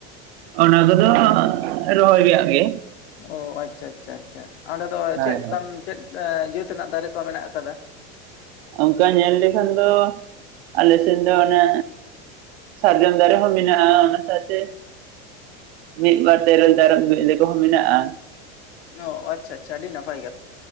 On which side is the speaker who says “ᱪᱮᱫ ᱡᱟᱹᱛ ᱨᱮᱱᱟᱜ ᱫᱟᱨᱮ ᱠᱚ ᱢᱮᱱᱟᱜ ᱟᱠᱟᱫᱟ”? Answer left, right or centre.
Left